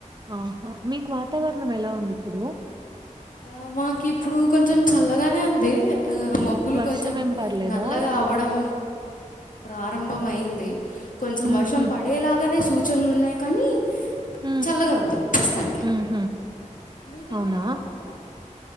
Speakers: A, on the right; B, on the left.
A: ఆహా మీకు వాతావరణం ఎలా ఉంది ఇప్పుడు
B: ఆ మాకి ఇప్పుడు కొంచెం చల్లగానే ఉంది మబ్బులు
A: వర్షం
B: కొంచెం
A: ఏం పడలేదా
B: నల్లగా అవ్వడం ప్రారంభంమైంది కొంచెం
A: ఉహు
B: వర్షం పడేలాగానే సూచనలు ఉన్నాయి కానీ
A: ఉమ్
B: చల్లగా ఉంది ప్రస్తుతానికి
A: ఉహు
B: మీకండి
A: అవునా
B: ఇలా అక్కడ